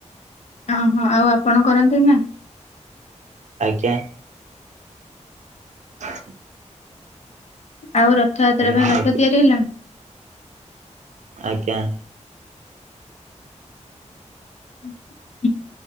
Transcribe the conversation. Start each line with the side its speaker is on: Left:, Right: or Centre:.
Left: ଅହୋ ଆଉ ଆପଣ କରନ୍ତିନାଇଁ
Right: ଆଜ୍ଞା? ହ
Left: ଆଉ ରଥଯାତ୍ରା
Right: ଆଜ୍ଞା
Left: ପାଇଁ
Right: ମୁଁ
Left: ରଥ ତିଆରି ହେଲାଣି?
Right: ଆଜ୍ଞା।
Left: ଉଉ ହୁଁ